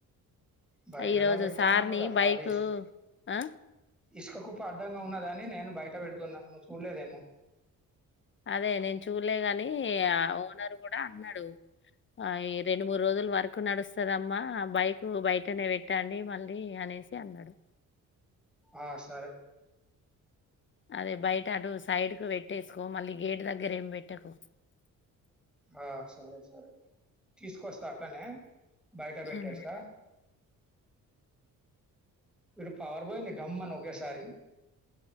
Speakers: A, in the centre; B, on the left (about 35°).
A: బయటనా
B: ఈరోజు
A: పెడతాన్నాం
B: సార్ ని
A: కదా
B: బైకు
A: ఆడేసి
B: ఆ
A: ఇసుక కుప్ప అడ్డంగా ఉన్నదని నేను బయట పెడుతున్నా నువ్వు చూడలేదేమో
B: అదే నేను చూడలే గాని ఓనర్ కూడా అన్నాడు ఆ ఈ రెండు మూడు రోజులు వర్క్ నడుస్తదమ్మా బైక్ బయటనే పెట్టండి మళ్ళీ అనేసి అన్నాడు
A: ఆ సరే
B: అదే బయట అటు సైడ్ కు పెట్టేసుకో మళ్ళీ గేటు దగ్గర ఏమి పెట్టకు
A: ఆ సరే సరే తీసుకొస్తా అట్లనే బయట పెట్టేస్తా
B: హ్మ్.
A: ఇటు పవర్ పోయింది డమ్ అని ఒకేసారి